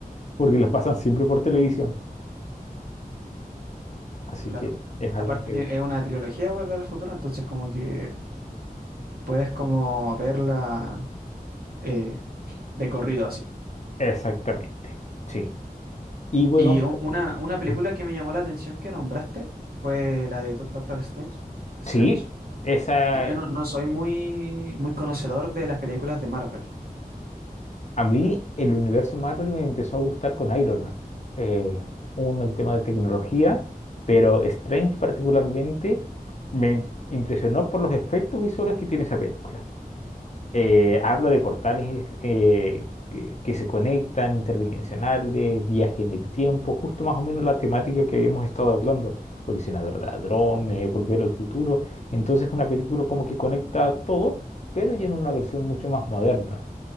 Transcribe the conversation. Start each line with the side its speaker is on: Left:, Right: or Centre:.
Left: porque lo pasan siempre por televisión. Así
Right: claro.
Left: que es algo
Right: Aparte
Left: que...
Right: tie- es una trilogía de Volver al Futuro, entonces como que puedes como verla eh, de corrido así.
Left: Exactamente, sí. Y bueno,
Right: Y u-
Left: co-
Right: una, una película
Left: ah,
Right: que me llamó la atención que nombraste fue la de Do- Doctor Strange, Strange,
Left: sí, esa...
Right: que yo no, no soy muy, muy conocedor de las películas de Marvel.
Left: A mí el universo Marvel me empezó a gustar con Iron Man. Eh, uno, el tema de tecnología, pero Strange particularmente me impresionó por los efectos visuales que tiene esa película. eh, habla de portales eh, que, que se conectan, interdimensionales, viaje en el tiempo, justo más o menos la temática que habíamos estado hablando, colisionador de ladrones, volver al futuro. Entonces una película como que conecta todo, pero ya en una versión mucho más moderna